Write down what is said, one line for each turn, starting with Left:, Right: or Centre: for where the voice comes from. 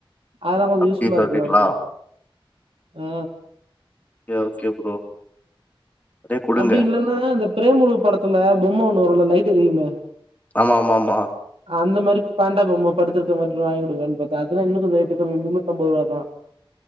Right: அதெல்லா கொஞ்சோ
Left: அப்டி
Right: யூஸ் ஃபுல்லா
Left: சொல்றீங்களா
Right: இருக்க மாதிரி இல்ல, ஆ
Left: ஓகே ஓகே ப்ரோ அதே குடுங்க
Right: அப்டி இல்லன்னா இந்த பிரேமலு படத்துல பொம்மை ஒண்ணு வரு இல்ல லைட் எரியுமே
Left: ஆமாமாமா
Right: அந்த மாரி பேண்டா பொம்மா படுத்திருக்க மாரி வாங்கி குடுக்கலான் பாத்தா அதுனா இன்னு கொஞ்சோ ரேட்டு கம்மி முன்னூத்தம்பது ரூபாதான்